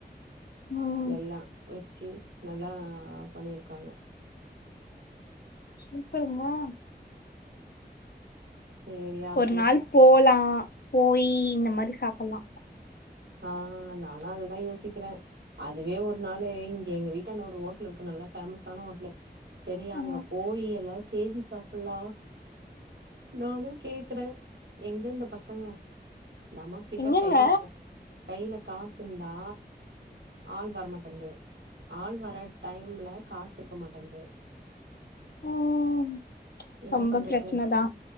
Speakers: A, on the left; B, on the right.
A: ஆ
B: எல்லா வெச்சு நல்லா பண்ணிருக்காங்க
A: சூப்பர்மா
B: சேரியா அப்டியே
A: ஒரு நாள் போலா போய் இந்த மாரி சாப்ல்லா
B: ஆ நானு அதுதா யோசிக்கிற அதுவே ஒரு நாளு இங்க எங்க வீட்டான்ட ஒரு ஹோட்டல் இருக்கு நல்லா ஃபேமஸான ஹோட்டல் செரி அங்க
A: ஆ
B: போய் எல்லா சேந்து சா ல்லா நானு கேக்குற எங்க இந்த பசங்க நமக்கிட்ட
A: எங்கங்க
B: கைல கைல காசுந்தா ஆள் வரமாட்டின்து ஆள் வர டைம்ல காசு இருக்க மாட்டன்து
A: ம்
B: என்ன
A: ரொம்ப
B: பண்றது
A: பிரச்சனதா